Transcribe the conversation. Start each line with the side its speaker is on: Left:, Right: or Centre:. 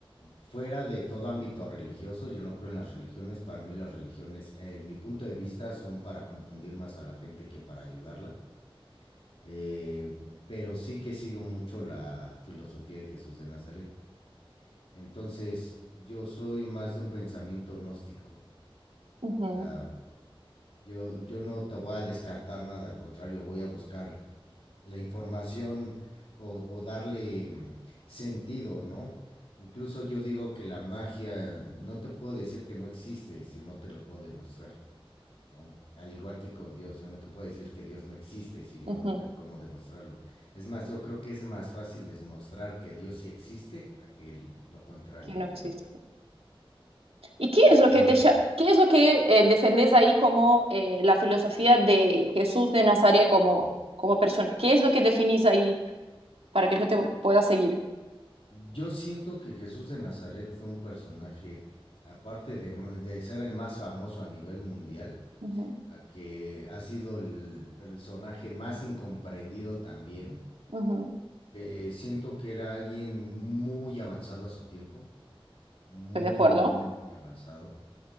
Left: Fuera de todo ámbito religioso, yo no creo en las religiones. Para mí las religiones, eh, en mi punto de vista, son para confundir más a la gente que para ayudarla. Eh, pero sí que sigo mucho la filosofía de Jesús de Nazaret. Entonces, yo soy más de un pensamiento gnóstico. O
Right: ujú,
Left: sea, Yo, yo no te voy a descartar nada, al contrario, voy a buscar la información o, o darle mm, sentido, ¿no? Incluso yo digo que la magia no te puedo decir que no existe si no te lo puedo demostrar, ¿no? Al igual que con Dios, yo no te puedo decir que Dios no existe si yo
Right: ujú,
Left: no tengo cómo demostrarlo. Es más, yo creo que es más fácil demostrar que Dios sí existe a que el- lo contrario,
Right: Que no
Left: a que
Right: existe.
Left: no.
Right: ¿Y qué es lo que
Left: Ahora,
Right: te, lla- qué es lo que eh, defendés ahí como eh, la filosofía de Jesús de Nazaret como,
Left: mm,
Right: como persona? ¿Qué es lo que definís ahí para que yo te pueda seguir?
Left: Yo siento que Jesús de Nazaret fue un personaje, aparte de, ma- de ser el más famoso a nivel mundial,
Right: Ujú,
Left: a que ha sido el personaje más incomprendido también,
Right: ujú,
Left: que siento que era alguien muy avanzado a su tiempo, muy,
Right: Estoy de acuerdo.
Left: muy, muy avanzado,